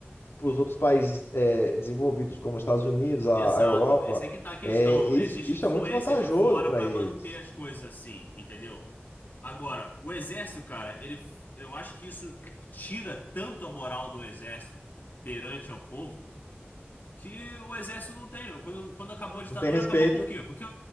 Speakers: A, on the left; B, on the left.
A: os outros países é, desenvolvidos, como os Estados Unidos, a,
B: Exato.
A: a Europa.
B: Esse aí que tá a questão.
A: É, isso,
B: Existe
A: isso
B: influência
A: é muito vantajoso
B: de fora
A: para
B: para
A: eles.
B: manter as coisas assim, entendeu? Agora, o exército, cara, ele, eu acho que isso tira tanto a moral do exército perante ao povo que o exército não tem. Quando, quando acabou a ditadura,
A: Não tem respeito.
B: acabou por quê? Porque